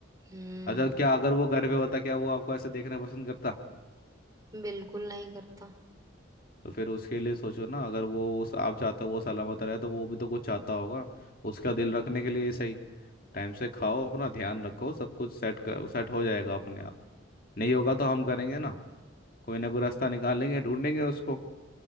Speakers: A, on the right; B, on the left.
A: हम्म
B: अच्छा क्या अगर वो घर पे होता क्या वो आपको ऐसे देखना पसंद करता
A: बिल्कुल नहीं करता
B: तो फिर उसके लिए सोचो ना अगर वो उस आप चाहते हो वो सलामत रहे तो वो भी तो कुछ चाहता होगा उसका दिल रखने के लिए ही सही टाइम से खाओ अपना ध्यान रखो सब कुछ सेट कर सेट हो जाएगा अपने आप नहीं होगा तो हम करेंगे ना कोई ना कोई रास्ता निकालेंगे ढूंढेंगे उसको